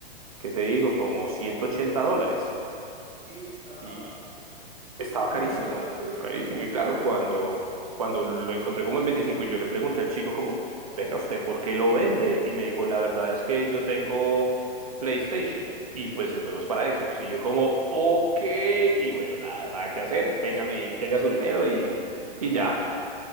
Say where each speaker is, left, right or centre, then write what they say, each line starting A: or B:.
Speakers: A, on the right (about 35°); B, on the right (about 15°).
A: ¿qué te digo? Como 180 dólares.
B: Ok, está,
A: Y
B: está.
A: estaba
B: Salió muy
A: carísimo,
B: <laughs> barato, ¿eh?
A: carísimo.
B: Muy,
A: Y claro,
B: muy
A: cuando,
B: barato.
A: cuando lo encontré como en 25 y yo le pregunté al chico como,
B: No,
A: venga
B: sí,
A: usted, ¿por
B: sí.
A: qué lo vende? Y me dijo, la verdad es que yo tengo PlayStation y pues el juego es para Xbox. Y yo como, ok, y bueno, nada, nada que hacer, tenga mi, tenga su dinero y, y ya.